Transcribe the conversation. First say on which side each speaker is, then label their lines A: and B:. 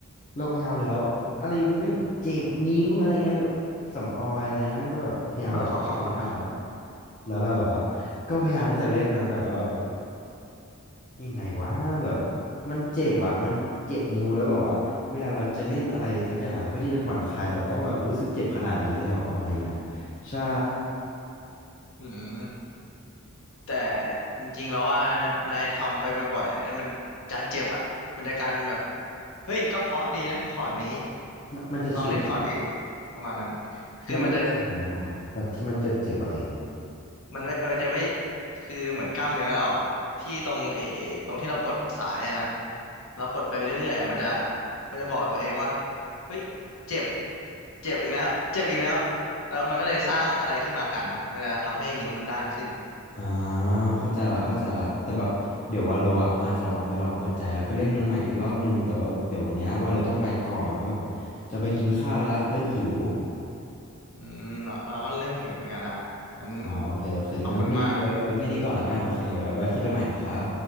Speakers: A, on the left; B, on the left.
A: เราพยายามแล้วอะไรมันก็เจ็บนิ้วอะไรเงี้ยแบบสำออยอะไรเงี้ยก็แบบพยายามแบบโอเคไม่เอาละ
B: อ๋อ
A: แล้วเราแบบว่าก็พยายามที่จะเล่นนะแต่ว่าแบบยังไงวะแบบมันเจ็บอ่ะมันเจ็บนิ้วแล้วแบบว่าเวลาเราจะเล่นอะไรสักอย่างเพื่อที่จะผ่อนคลายเราต้องแบบรู้สึกเจ็บขนาดนี้เลยเหรออะไรเงี้ยใช่
B: อืมแต่จริงๆแล้วว่านายทำไปบ่อยๆอะมันจากเจ็บอ่ะมันจะกลายเป็นแบบเฮ้ยก็เพราะดีนะคอร์ดนี้
A: มันมันจะชินเหรอ
B: ลองเล่นคอร์ดอื่นประมาณนั้นคือมันจะ
A: แล้วมันจะชินนิ้วเหรอแบบที่มันเจ็บๆอะไรเงี้ย
B: มันไม่มันจะไม่คือเหมือนกล้ามเนื้อเราอะที่ตรงเออตรงที่เรากดสายอะนะเรากดไปเรื่อยๆอะมันจะมันจะบอกกับตัวเองว่าเฮ้ยเจ็บเจ็บอีกแล้วเจ็บอีกแล้วแล้วมันก็เลยสร้างอะไรขึ้นมากันมันจะทำให้นิ้วมันด้านขึ้น
A: อ่าเข้าใจละเข้าใจละแต่แบบเดี๋ยววาโลอ่ะอาจจะลองไปลองเปิดใจแล้วก็เล่นมันใหม่อีกรอบนึงแต่ว่าเดี๋ยววันเนี้ยวาโลต้องไปก่อนเพราะแบบจะไปกินข้าวละเริ่มหิว
B: อืมเราเราก็เริ่มหิวเหมือนกันละงั้น
A: อ่าโอเคโอเคงั้นวันนี้ไว้ไว้แค่นี้ก่อนแล้วกันโอเคไว้ไว้คุยกันใหม่นะครับ
B: ขอบคุณมาก